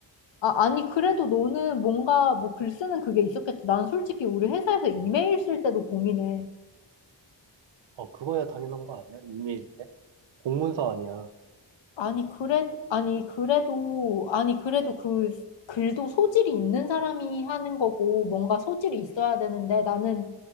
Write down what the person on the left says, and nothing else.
아, 아니, 그래도 너는 뭔가 뭐 글 쓰는 그게 있었겠지. 난 솔직히 우리 회사에서 이메일 쓸 때도 고민해.
아니, 그래, 아니, 그래도, 아니, 그래도 그 글도 소질이 있는 사람이 하는 거고, 뭔가 소질이 있어야 되는데, 나는